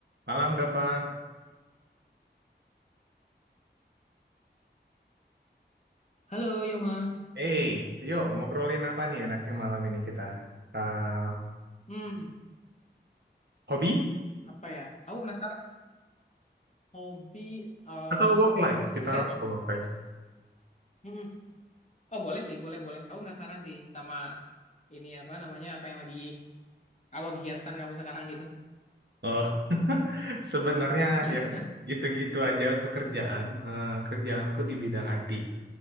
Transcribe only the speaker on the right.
Malam, Dafa.
hey, yuk ngobrolin apa nih enaknya malam ini kita? Ah,
hobi
atau work life? Kita
ke work life.
Oh, <laughs> sebenarnya
ya gitu-gitu aja untuk kerjaan. Eh, kerjaanku di bidang IT.